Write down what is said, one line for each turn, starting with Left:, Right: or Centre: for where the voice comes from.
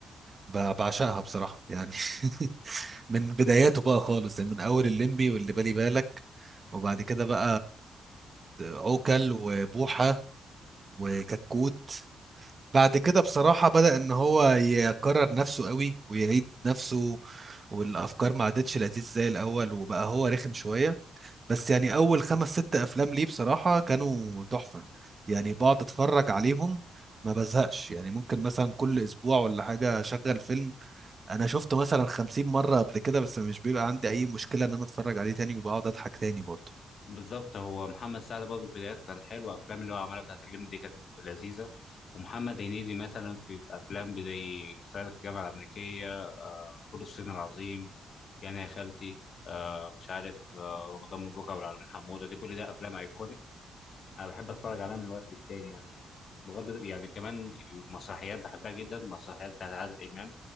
Right: ب- بعشقها بصراحه يعني <laughs> من بداياته بقى خالص يعني من اول الليمبي واللي بالي بالك وبعد كده بقى عوكل وبوحه وكتكوت بعد كده بصراحة بدأ إن هو يكرر نفسه قوي ويعيد نفسه والأفكار ما عادتش لذيذ زي الأول وبقى هو رخم شوية بس يعني أول خمس ست أفلام ليه بصراحة كانوا تحفة يعني بقعد أتفرج عليهم ما بزهقش يعني ممكن مثلا كل أسبوع ولا حاجة أشغل فيلم أنا شفته مثلا خمسين مرة قبل كده بس مش بيبقى عندي أي مشكلة إن أنا أتفرج عليه تاني وبقعد أضحك تاني برضه
Left: بالظبط هو محمد سعد برضه بداياته كانت حلوه افلام اللي هو عملها بتاعت اللمبي دي كانت لذيذه ومحمد هنيدي مثلا في في افلام زي صعيدي في الجامعه الامريكيه آه، فول الصين العظيم يعني يا خالتي آه، مش عارف آه، رمضان مبروك ابو العلمين حموده دي كل ده افلام ايكونيك انا بحب اتفرج عليها من وقت للتاني يعني بغض يعني كمان المسرحيات بحبها جدا المسرحيات بتاعت عادل امام